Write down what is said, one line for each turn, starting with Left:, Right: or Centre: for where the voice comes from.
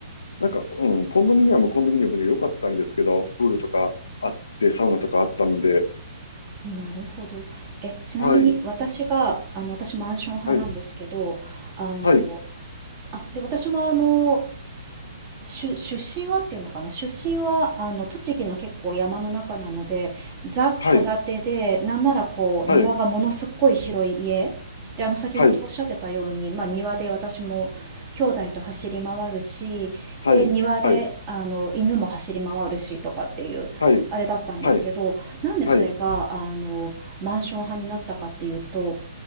Left: なんか、うん、コンドミニアム、コンドミニアムで良かったんですけど、プールとかあって、サウナとかあったので、
Right: なるほど。え、ちなみに私が、
Left: はい、
Right: あの、私マンション派なんですけど、
Left: はい、
Right: あの、
Left: はい、
Right: あ、で、私もあの、出出身はっていうのかな出身は、あの、栃木の結構山の中なので、ザ・戸建てで、
Left: はい、
Right: なんならこう、
Left: はい、
Right: 庭がものすっごい広い家。で、あの、先ほどおっしゃってたように、
Left: はい、
Right: まあ、庭で私も兄弟と走り回るし、
Left: はい、
Right: で、庭で、
Left: はい、
Right: あの、犬も走り回るし、とかっていう、
Left: はい、
Right: あれだったんですけど、
Left: はい、
Right: なんでそれが、
Left: はい、
Right: あの、マンション派になったかっていうと、